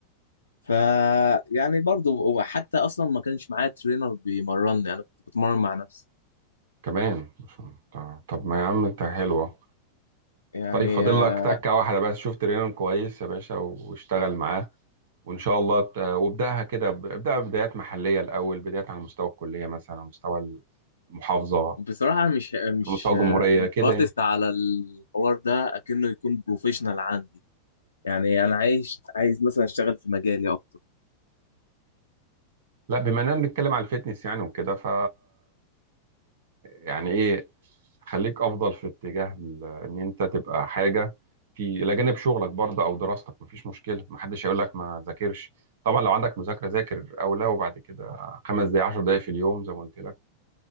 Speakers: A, on the left (about 75°); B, on the right (about 55°).
A: ف يعني برضه وحتى اصلا ما كانش معايا ترينر بيمرني انا كنت بتمرن مع نفسي
B: كمان مش- طب طب ما يا عم انت حلوة
A: يعني
B: طيب فاضل
A: آه،
B: لك تكة واحدة بس شفت رينان كويس يا باشا واشتغل معاه وان شاء الله ت- وابداها كده ب- ابداها بدايات محليه الاول بدايات على مستوى الكليه مثلا على مستوى المحافظه
A: بصراحه مش مش
B: على مستوى الجمهوريه
A: آه، مش
B: كده
A: باصص
B: يعني
A: على الحوار ده اكنه يكون بروفيشنال عندي يعني انا عايز عايز مثلا اشتغل في مجالي اكتر
B: لا بما اننا بنتكلم على الفتنس يعني وكده ف يعني ايه خليك افضل في اتجاه ال- ان انت تبقى حاجه في الى جانب شغلك برضه او دراستك مفيش مشكله محدش هيقول لك ما تذاكرش طبعا لو عندك مذاكره ذاكر او لا وبعد كده خمس دقائق عشر دقائق في اليوم زي ما قلت لك